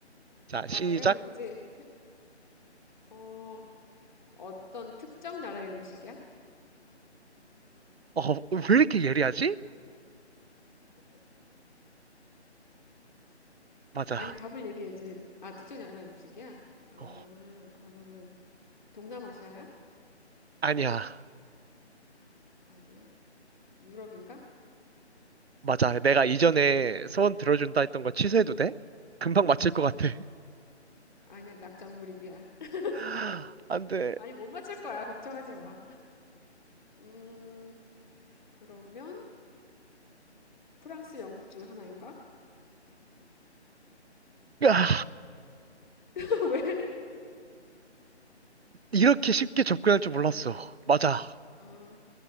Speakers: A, on the right; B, on the left.
A: 자, 시작.
B: 아, 내가 하는 거지? 어, 어떤 특정 나라의 음식이야?
A: 어, 왜 이렇게 예리하지? 맞아.
B: 아니, 답을 얘기해야지. 아, 특정 나라의 음식이야? 아,
A: 어,
B: 그러면은 동남아시아야?
A: 아니야.
B: 아니야. 유럽인가?
A: 맞아. 내가 이전에 소원 들어준다 했던 거 취소해도 돼? 금방 맞힐 것 같아.
B: 아니야, 낙장불입이야. <laughs>
A: <gasps> <laughs> 안 돼.
B: 아니, 못 맞힐 거야. 걱정하지 마. 음, 그러면 프랑스, 영국 중에 하나인가?
A: 으아.
B: <laughs> 왜?
A: 이렇게 쉽게 접근할 줄 몰랐어. 맞아.
B: 아,